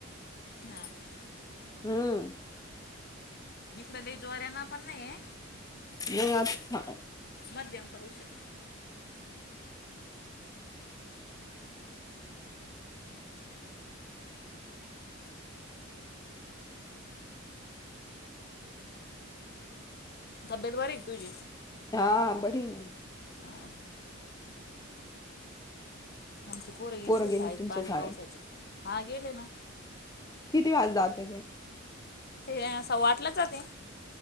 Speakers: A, on the left; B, on the left.
A: हा का
B: हूं
A: इकड लय जोऱ्यानं पण नाहीये.
B: नय आत
A: मध्यम पाऊस ये. तब्येत बरी हाय का तुझी
B: हा बरी य ना
A: आ हं आमचे पोर गेले
B: पोरं
A: ब
B: गेली
A: शाळेत
B: तुमचे
A: पान्या
B: सारे
A: पावसाचे हा गेले ना.
B: किती वाज दावते ते
A: ते सव्वा आठलाच जाते.